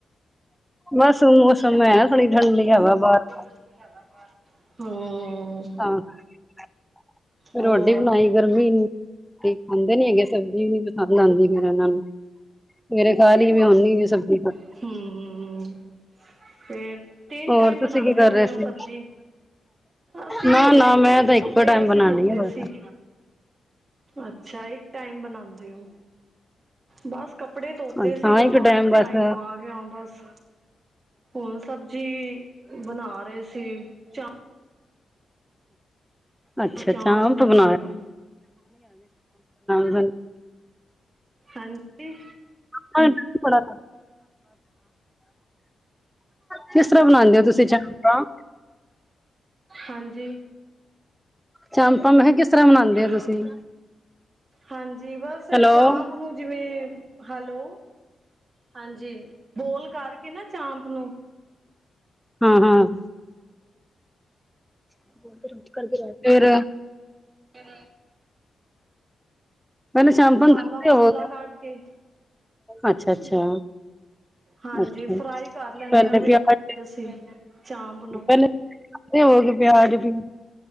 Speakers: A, in the centre; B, on the right.
A: ਬਸ ਮੌਸਮ ਐ। ਥੋੜੀ ਠੰਡੀ ਹਵਾ ਬਾਹਰ
B: ਠੰਡੀ ਹਵਾ ਬਾਹਰ ਹਾਂ
A: ਫਿਰ
B: ਹੋਰ
A: ਰੋਟੀ ਬਣਾਈ ਗਰਮੀ ਇੰਨੀ ਦਹੀਂ ਖਾਂਦੇ ਨੀ ਹੈਗੇ ਸਬਜ਼ੀ ਨੀ ਪਸੰਦ ਆਂਦੀ ਫੇਰ ਇਹਨਾਂ ਨੂੰ। ਮੇਰੇ <unintelligible>
B: ਹਮਮ। ਫੇਰ ਤਿੰਨ
A: ਹੋਰ
B: ਟਾਈਮ
A: ਤੁਸੀਂ
B: ਬਣਾਂਦੇ
A: ਕੀ ਕਰ
B: ਹੋਣੇ
A: ਰਹੇ
B: ਓ
A: ਸੀ
B: ਸਬਜ਼ੀ। ਅਸੀਂ
A: ਨਾ
B: ਵੀ
A: ਨਾ
B: ਹੁਣ ਮੈਂ ਵੀ
A: ਤਾਂ ਇੱਕੋ
B: ਕੱਪੜੇ
A: ਟਾਈਮ
B: ਅਸੀਂ
A: ਬਣਾਉਣੀ
B: ਧੋਤੇ
A: ਆ ਬਸ
B: ਸੀ। ਅੱਛਾ ਇੱਕ ਟਾਈਮ ਬਣਾਂਦੇ ਓ। ਬਸ ਕੱਪੜੇ
A: ਅੱਛਾ
B: ਧੋਤੇ ਸੀਗਾ।
A: ਹਾਂ ਇੱਕ
B: ਹੁਣ
A: ਬਸ
B: ਟਾਈਮ ਆ ਗਿਆ ਹੁਣ ਬਸ। ਹੁਣ ਸਬਜ਼ੀ ਬਣਾ ਰਹੇ ਸੀ। ਚਾਂ
A: ਅੱਛਾ-ਅੱਛਾ
B: ਚਾਂਪ
A: ਚਾਪ ਬਣਾ
B: ਲਈਏ
A: <unintelligible>
B: ਹਾਂਜੀ।
A: <unintelligible> ਕਿਸ ਤਰ੍ਹਾਂ ਬਣਾਂ ਦੇ ਓ ਤੁਸੀਂ ਚੰਪਾ।
B: ਹਾਂਜੀ।
A: ਚਾਪਾਂ ਮੈਂ ਕਿਹਾ ਕਿਸ ਤਰ੍ਹਾਂ ਬਣਾਉਂਦੇ
B: ਹੈਲੋ,
A: ਹੋ ਤੁਸੀਂ?
B: ਹਾਂਜੀ ਬਸ ਏ
A: ਹੈਲੋ।
B: ਚਾਪ ਉਹਨੂੰ ਜਿਵੇਂ ਹੈਲੋ ਹਾਂਜੀ। ਬੋਲ ਕਰਕੇ ਨਾ ਚਾਪ ਨੂੰ
A: ਹਾਂ- ਹਾਂ। <unintelligible> ਫਿਰ
B: ਫਿਰ
A: ਮੈਨੂੰ <unintelligible> ਹੋਵੋਗੇ
B: ਮਸਾਲਾ ਮਸੂਲਾ ਕੱਟ ਕੇ
A: ਅੱਛਾ -ਅੱਛਾ।
B: ਹਾਂਜੀ
A: ਅੱਛਾ-ਅੱਛਾ
B: ਫਰਾਈ ਕਰ ਲੈਂਦੇ
A: ਪਹਿਲੇ
B: ਹਾਂ ਫਿਰ
A: ਵੀ ਆਪਾਂ
B: ਅਸੀਂ ਚਾਂਪ ਨੂੰ
A: ਖਾਂਦੇ ਹੋਵੋਗੇ ਪਿਆਜ਼ ਵੀ।